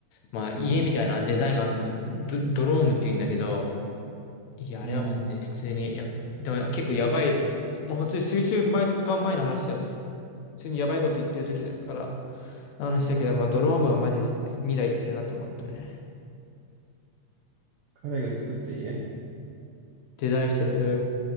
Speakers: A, on the left; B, on the right.
A: まあ、家みたいなデザインがあるの。ド、ドロームって言うんだけど、いや、
B: うん
A: あれはマジで普通に、やっぱ、でも結構やばい、まあ本当に数週間前の話だよね。普通にやばいこと言ってる時だから、話だけど、まあドロームはマジ未来行ってるなと思ったね。
B: 彼が作った家
A: デザインしてる。